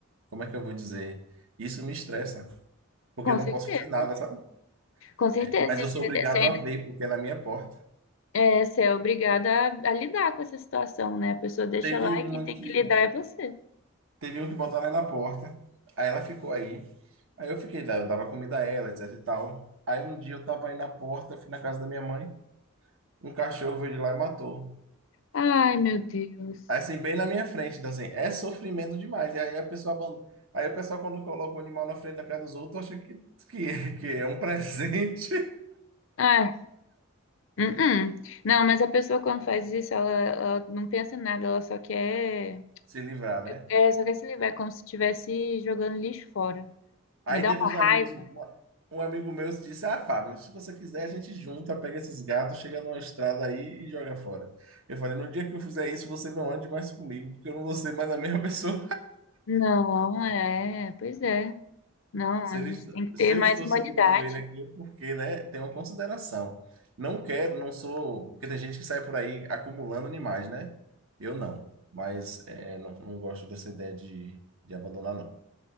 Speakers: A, on the right (about 70°); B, on the left (about 60°).
A: Como é que eu vou dizer? Isso me estressa, porque
B: Com
A: eu não
B: certeza.
A: posso fazer nada, sabe?
B: Com certeza,
A: É, mas
B: e
A: eu
B: você
A: sou obrigado
B: você ainda
A: a ver, porque é na minha porta.
B: é, você é obrigada a, a lidar com essa situação, né? A pessoa deixa
A: Teve
B: lá
A: uma
B: e quem tem
A: que
B: que lidar é você.
A: Teve um que botou ela na porta. Aí ela ficou aí. Aí eu fiquei, eu dava comida a ela, etc e tal. Aí um dia eu tava aí na porta, fui na casa da minha mãe. Um cachorro veio de lá e matou.
B: Ai, meu Deus.
A: Aí assim, bem na minha frente. Então assim, é sofrimento demais. E aí a pessoa abandona. Aí o pessoal, quando coloca o animal na frente da casa dos outros, acha que, que, que é um presente
B: Ai, uh -uh. Não, mas a pessoa quando faz isso, ela, ela não pensa em nada, ela só quer,
A: <laughs> se livrar, né?
B: é, só quer se livrar, é como se estivesse jogando lixo fora.
A: Aí
B: Me dá
A: teve
B: uma
A: uns
B: raiva.
A: amigos, um amigo meu disse: Ah, Fábio, se você quiser, a gente junta, pega esses gatos, chega numa estrada aí e joga fora. Eu falei: No dia que eu fizer isso, você não ande mais comigo, porque eu não vou ser mais a mesma <laughs> pessoa.
B: Não, é, pois é. Não,
A: Se,
B: a
A: ele,
B: gente tem que
A: se
B: ter mais
A: eu estou
B: humanidade.
A: segurando ele aqui, é porque, né, tem uma consideração. Não quero, não sou. Porque tem gente que sai por aí acumulando animais, né? Eu não. Mas é, não, não gosto dessa ideia de, de abandonar, não.